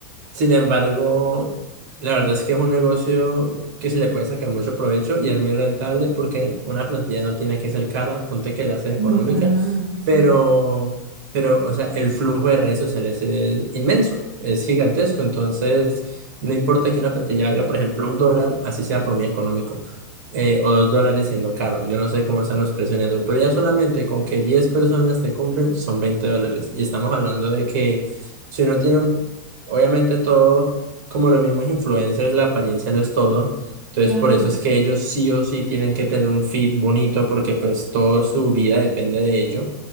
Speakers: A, on the right (about 55°); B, on the right (about 80°).
A: Sin embargo, la verdad es que es un negocio que se le puede sacar mucho provecho y es muy rentable porque una plantilla no tiene que ser cara, ponte que la haces económica,
B: No, para nada, sí.
A: pero, pero, o sea, el flujo de redes sociales es inmenso, es gigantesco, entonces no importa que una plantilla haga, por ejemplo, un dólar, así sea por muy económico eh, o dos dólares siendo caro. Yo no sé cómo están los precios en eso, pero ya solamente con que 10 personas te compren son 20 dólares. Y estamos hablando de que si uno tiene, un- obviamente todo, como los mismos influencers, la apariencia lo es todo. Entonces,
B: Claro,
A: por eso es que ellos sí o sí tienen que tener un feed bonito porque pues toda su vida depende de ello.